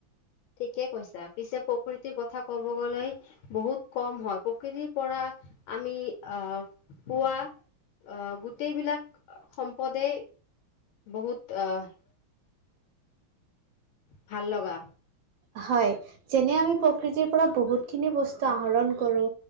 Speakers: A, on the left; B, on the right.
A: ঠিকে কৈছা পিছে প্ৰকৃতিৰ কথা ক'ব গলে বহুত কম হয় প্ৰকৃতি পৰা আমি আ, পুৱা। অহ গোটেইবিলাক সম্পদে বহুত আহ
B: <inaudible>
A: ভাল লগা
B: হয়, যেনে আমি প্ৰকৃতিৰ পৰা বহুত খিনি বস্তু আহৰণ কৰো,